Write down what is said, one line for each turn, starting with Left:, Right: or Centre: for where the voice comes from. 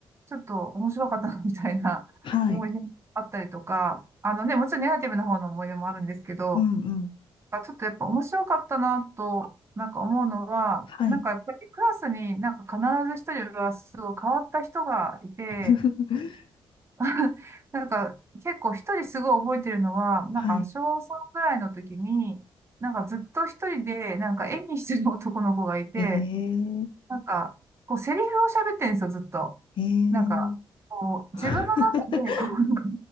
Right: ちょっと面白かったなみたいな思い出もあったりとか、
Left: はい。
Right: あのね、もちろんネガティブな方の思い出もあるんですけど、
Left: うんうん。
Right: あ、ちょっとやっぱ面白かったなと、なんか思うのは、
Left: はい。
Right: なんかやっぱりクラスになんか必ず一人はすごい変わった人がいて、
Left: <laughs>
Right: <laughs> なんか結構一人すごい覚えてるのは、なんか小3ぐらいの時に、
Left: はい。
Right: なんかずっと一人でなんか演技してる男の子がいて、
Left: ええ
Right: なんかこうセリフを喋ってるんですよ、ずっと。
Left: ええ
Right: なんかこう自分の中でこうなんか
Left: <laughs>